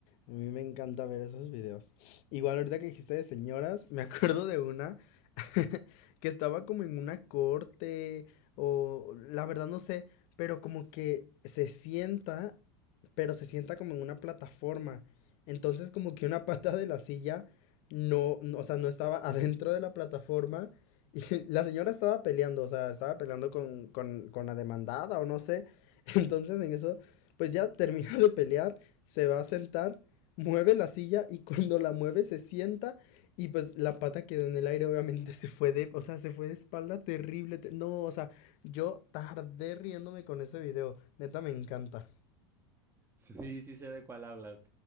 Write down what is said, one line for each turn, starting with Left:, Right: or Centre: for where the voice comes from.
Left: a mí me encanta ver esos videos. Igual ahorita que dijiste de señoras, me <laughs> acuerdo de una <laughs> que estaba como en una corte o la verdad no sé, pero como que se sienta, pero se sienta como en una plataforma. Entonces como que una pata de la silla no, no, o sea, no estaba adentro de la plataforma y la señora estaba peleando, o sea, estaba peleando con, con, con la demandada o no sé. <laughs> Entonces en eso, pues ya termina de pelear, se va a sentar, mueve la silla y cuando la mueve se sienta y pues la pata quedó en el aire, obviamente se fue de, o sea, se fue de espalda terrible. te- no, o sea, yo tardé riéndome con ese video, neta me encanta.
Right: Sí, sí sí sé de cuál hablas.